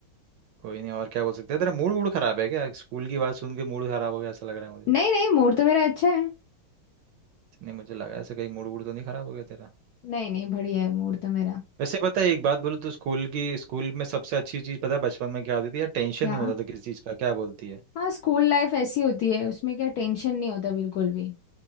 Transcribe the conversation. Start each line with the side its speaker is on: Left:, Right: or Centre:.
Right: कोई नहीं और क्या बोल सकते हैं तेरा मूड वूड खराब है क्या स्कूल की बात सुन के मूड खराब हो गया ऐसा लग रहा है मुझे
Left: नहीं नहीं मूड तो मेरा अच्छा है
Right: नहीं मुझे लगा ऐसा कहीं मूड वूड तो नहीं खराब हो गया तेरा
Left: नहीं नहीं बढ़िया है मूड तो मेरा
Right: वैसे पता है एक बात बोलूं तो स्कूल की स्कूल में सबसे अच्छी चीज पता है बचपन में क्या होती थी यार टेंशन
Left: क्या
Right: नहीं होता था किसी चीज का क्या बोलती है
Left: हाँ स्कूल लाइफ ऐसी होती है उसमें क्या टेंशन नहीं होता बिल्कुल भी